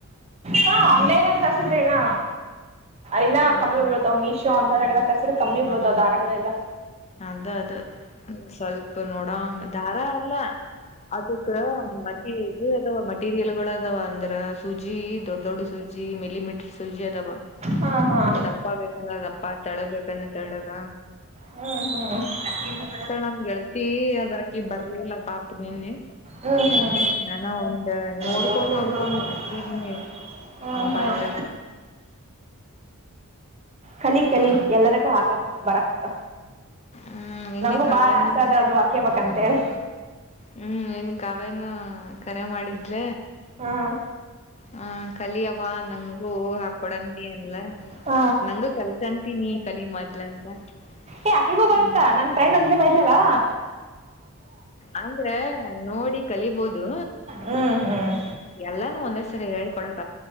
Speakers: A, on the right; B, on the left.
A: ಹಾ ಆನ್ಲೈನ್ಲ್ಲಿ ತರ್ಸಿದ್ರಿ ಏನ? ಇನ್ನ
B: ಹ್ಮ್
A: ಕಮ್ಮಿಬಿಡ್ತವ್ ಮೀಶೋ ಅಂತಥರೆಲ್ಲಾ
B: ಹ್ಮ್
A: ತರ್ಸ್ರೆದ ಕಮ್ಮಿ ಬೀಳ್ತಾವ
B: ಹ್ಮ್
A: ದಾರಗಳೆಲ್ಲಾ
B: ಅದ ಅದ ಸ್ವಲ್ಪ ನೋಡೋಮ ದಾರ ಅಲ್ಲ ಅದಕ್ಕ ಮಟಿ ಇದು ಅದಾವ ಮೇಟೀರಿಯಲ್ಗಳು ಅದಾವ ಅಂದ್ರ ಸೂಜಿ ದೊಡ್ ದೊಡ್ಡ ಸೂಜಿ ಮೀಲಿಮೀಟ್ರ ಸೂಜಿ ಅದು
A: ಹಾ
B: -
A: ಹಾ
B: <inaudible> ದಪ್ಪಾ ಬೇಕಂದ್ರ ದಪ್ಪಾ ತೆಳ್ಳಗ ಬೇಕಂದ್ರ ತಳ್ಳಗ.
A: ಹ್ಮ್ ಹ್ಮ್ <inaudible> ಹ್ಮ್
B: ನಮ್ ಗೆಳತಿ ಅದ್ರಕಿ ಬರ್ಲಿಲ್ಲ ಪಾಪ ನಿನ್ನೆ
A: ಹ್ಮ
B: ನಾನ ಒಂದ್ ನೋಡ್ಕೊಂಡ್
A: ನೋಡಕೊಂಡ
B: ನೋಡ್ಕೊಂಡ್
A: ನೋಡಕೊಂಡ
B: ಹಾಕಿದೀನಿ
A: - ಹ್ಮ್
B: ಮೊಬೈಲ್ದಾಗ
A: ಹ್ಮ್ ಕಲಿ ಕಲಿ
B: ಹ್ಮ್
A: ಎಲ್ಲರಿಗೂ ಹಾಕಕ್ ಬರಕತ್ತ.
B: ಹ್ಮ್ ನಿನ್ನೆ
A: ನಂಗೂ
B: ಕಾವ್ಯನು
A: ಬಾಳ ಆಸೆ ಅದ ಆದ್ರುವ ಹಾಕೋಬೇಕಂತ ಹೇಳಿ
B: ಹ್ಮ್ ನಿನ್ನೆ ಕಾವ್ಯನು ಕರೆ ಮಾಡಿದ್ಲ
A: ಹ್ಮ್
B: ಹ್ಮ್. ಕಲಿಯವ್ವ ನಂಗೂ ಹಾಕೀಕೊಡಂತಿ ಅಂದ್ಲ
A: ಹ
B: ನಂಗು ಕಲ್ಸಂತಿ ಕಲಿ ಮೊದ್ಲ. <unintelligible>
A: ಏ ಆಕೆಗೂ ಗೋರತ್
B: ಹ್ಮ್
A: ನನ್ ಫ್ರೆಂಡ್ ಅಂತ <inaudible> ಹೇಳಿದ್ಲಅಲಾ.
B: ಅಂದ್ರೆ ನೋಡಿ ಕಲಿಬೋದು
A: ಹ್ಮ್ ಹ್ಮ್
B: ಎಲ್ಲಾನೂ ಒಂದೇ ಸರಿ ಹೇಳಿ ಕೊಡಾಕ್